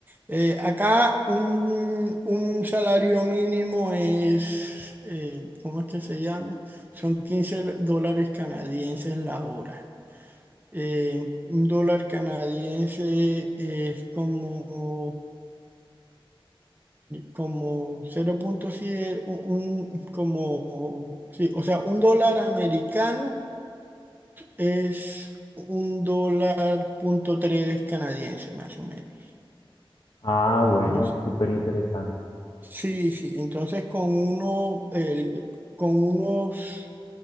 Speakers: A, on the right (about 20°); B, on the left (about 65°).
A: Eh, acá un, un salario mínimo es, eh, ¿cómo es que se llama? Son quince lo- dólares canadienses la hora. Eh, un dólar canadiense es como, como 0.7, un, un- como, sí, o sea, un dólar americano es un dólar punto tres canadiense, más o menos.
B: Ah, bueno,
A: No sé.
B: súper interesante.
A: Sí, sí. Entonces con uno, el- con unos